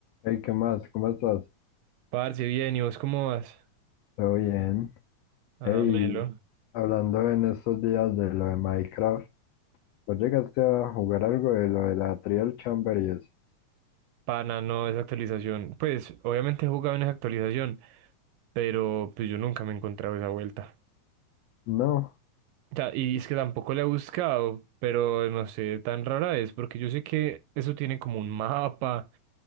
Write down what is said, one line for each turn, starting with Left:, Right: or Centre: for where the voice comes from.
Left: Hey, ¿qué más? ¿Cómo estás?
Right: Parce, bien, ¿y vos cómo vas?
Left: Todo bien.
Right: Ah,
Left: Hey,
Right: melo.
Left: hablando en estos días de lo de Minecraft, ¿vos llegaste a jugar algo de lo de la Trial Chamber y eso?
Right: Pana, no, esa actualización. Pues, obviamente he jugado en esa actualización, pero pues yo nunca me he encontrado esa vuelta.
Left: No,
Right: O sea, y es que tampoco la he buscado, pero no sé, tan rara es, porque yo sé que eso tiene como un mapa